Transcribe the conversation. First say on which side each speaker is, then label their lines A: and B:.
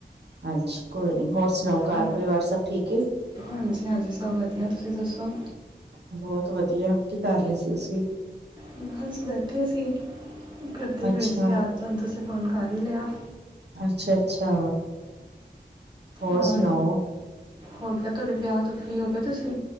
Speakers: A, on the right; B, on the right.
A: ਹਾਂਜੀ ਕੋਈ ਨੀ ਹੋਰ ਸੁਣਾਓ ਘਰ
B: ਹਾਂ।
A: ਪਰਿਵਾਰ ਸਭ ਠੀਕ ਐ।
B: ਹਾਂਜੀ -ਹਾਂਜੀ ਸਭ ਵਧੀਆ ਤੁਸੀਂ ਦੱਸੋ।
A: ਬਹੁਤ ਵਧੀਆ ਕੀ ਕਰ ਰਹੇ ਸੀ ਤੁਸੀਂ?
B: ਬਸ ਬੈਠੇ ਸੀ ਕਰਦੇ ਹੀ
A: ਅੱਛਾ
B: ਪਏ ਸੀ ਯਾਦ ਤੋਂ ਹੁਣ ਤੁਸੀਂ ਫੋਨ ਕਰ ਹੀ ਲਿਆ।
A: ਅੱਛਾ- ਅੱਛਾ। ਹੋਰ
B: ਔਰ,
A: ਸੁਣਾਓ
B: ਹੋਰ ਤੁਹਾਡੇ ਵਿਆਹ ਤੋਂ ਫਰੀ ਹੋ ਗਏ ਤੁਸੀਂ